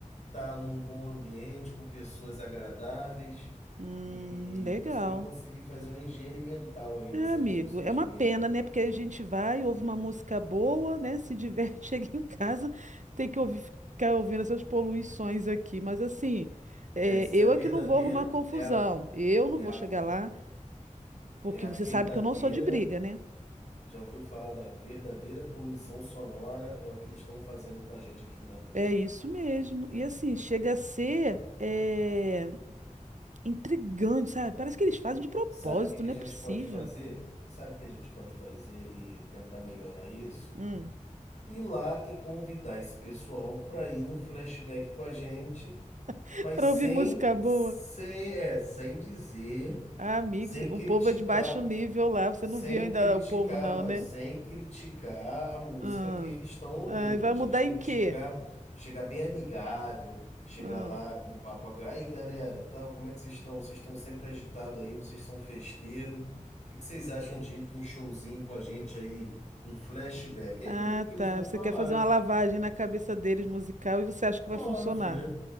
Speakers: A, on the left; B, on the right.
A: tá num bom ambiente, com pessoas agradáveis
B: Hum,
A: e
B: legal.
A: você vai conseguir fazer uma higiene mental aí dessas
B: É, amigo,
A: músicas
B: é uma
A: merda.
B: pena, né? Porque a gente vai, ouve uma música boa, né? Se diverte, <laughs> chega em casa, tem que ouvir, ficar ouvindo essas poluições aqui. Mas assim, é,
A: É, isso
B: eu
A: é a verdadeira,
B: é que não vou arrumar confusão.
A: é a,
B: Eu não
A: é
B: vou
A: a,
B: chegar lá, porque
A: é a
B: você
A: verdadeira.
B: sabe que eu não sou de briga, né?
A: Já ouviu falar da verdadeira poluição sonora? É o que eles estão fazendo com a gente aqui na rua.
B: É isso mesmo. E assim, chega a ser é, intrigante, sabe? Parece que eles fazem de propósito,
A: Sabe o que que
B: não
A: a gente
B: é possível.
A: pode fazer? Sabe o que a gente pode fazer e tentar melhorar isso?
B: Hum.
A: Ir lá e convidar esse pessoal para ir num flashback com a gente,
B: <laughs>
A: mas
B: Para
A: sem,
B: ouvir música boa.
A: sem, é, sem dizer,
B: Ah, amigos,
A: sem
B: o
A: criticar.
B: povo é de baixo nível lá. Você
A: Sem
B: não viu ainda
A: criticar,
B: o povo, não,
A: mas
B: né?
A: sem criticar a música
B: Ah,
A: que eles estão ouvindo.
B: Ah, e vai
A: A gente
B: mudar
A: tem
B: em quê?
A: que chegar, chegar bem amigável, chegar
B: Ah.
A: lá com um papo agra. Aí, galera, tal, como é que vocês estão? Vocês estão sempre agitados aí, vocês são festeiro. O que que vocês acham de ir para um showzinho com a gente aí, um flashback? Aí
B: Ah,
A: ver o que que eles
B: tá.
A: vão falar.
B: Você quer fazer uma lavagem na cabeça deles musical e você acha que
A: Óbvio,
B: vai funcionar.
A: né?